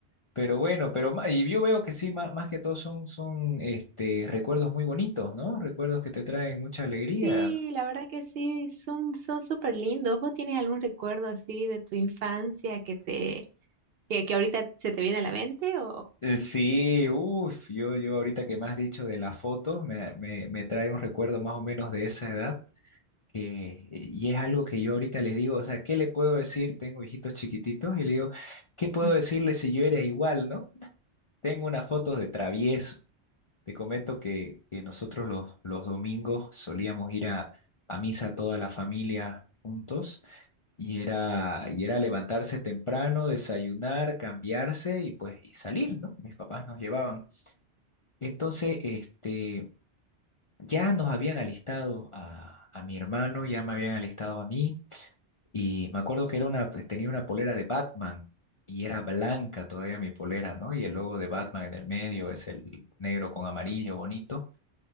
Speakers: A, on the left; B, on the right.
A: Pero bueno, pero ma- y yo veo que sí, ma- más, que todo son, son este, recuerdos muy bonitos, ¿no? Recuerdos que te traen mucha alegría.
B: Sí,
A: ¿no?
B: la verdad que sí, son, son súper lindos. ¿Vos tienes algún recuerdo así de tu infancia que te, que, que ahorita se te viene a la mente o
A: Eh, Sí, uff, yo, yo ahorita que me has dicho de las fotos, me, me, me trae un recuerdo más o menos de esa edad. que- y es algo que yo ahorita les digo, o sea, ¿qué le puedo decir? Tengo hijitos chiquititos y le digo, ¿qué puedo
B: mm,
A: decirle si yo era igual, no? Tengo unas fotos de travieso. Te comento que, que nosotros los, los domingos solíamos ir a, a misa toda la familia juntos y era, y era levantarse temprano, desayunar, cambiarse y pues y salir, ¿no? Mis papás nos llevaban. Entonces, este, ya nos habían alistado a, a mi hermano, ya me habían alistado a mí. Y me acuerdo que era una, pues, tenía una polera de Batman y era blanca todavía mi polera, ¿no? Y el logo de Batman en el medio es el negro con amarillo bonito.